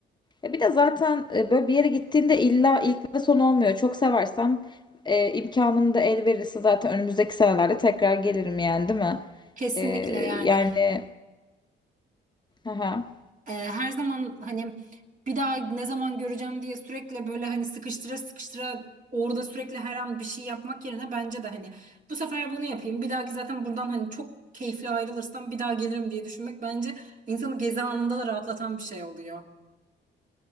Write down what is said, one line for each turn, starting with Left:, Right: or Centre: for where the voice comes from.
Left: E bir de zaten e, böyle bir yere gittiğinde illa ilk ve son olmuyor. Çok seversem e, imkanım da el verirse zaten önümüzdeki senelerde tekrar gelirim yani değil mi?
Right: Kesinlikle
Left: Ee,
Right: yani.
Left: yani Aha.
Right: Ee, her zaman hani bir daha ne zaman göreceğim diye sürekli böyle hani sıkıştıra sıkıştıra orada sürekli her an bir şey yapmak yerine bence de hani bu sefer bunu yapayım. Bir dahaki zaten buradan hani çok keyifli ayrılırsam bir daha gelirim diye düşünmek bence insanı gezi anında da rahatlatan bir şey oluyor.